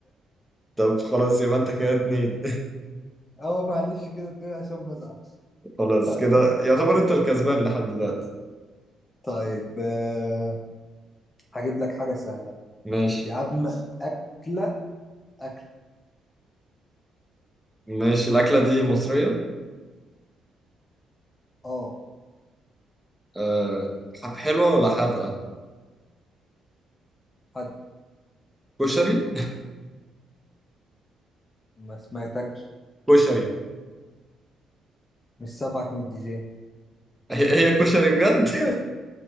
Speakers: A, in the centre; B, on the left.
A: طب خلاص يبقى انت كده اتنين
B: اه معلش كده الدنيا عشان ما ازعلش
A: <laughs> خلاص
B: طيب
A: كده يعتبر انت الكسبان لحد دلوقتي
B: طيب آه، هجيب لك حاجة سهلة
A: ماشي
B: يا عم أكلة أكل
A: ماشي الأكلة دي مصرية
B: اه
A: أه ح- حلوة ولا حادقة
B: حد
A: كشري
B: ما سمعتكش
A: كشري
B: مش سامعك من الدي جي
A: هي هي كشري بجد
B: <laughs>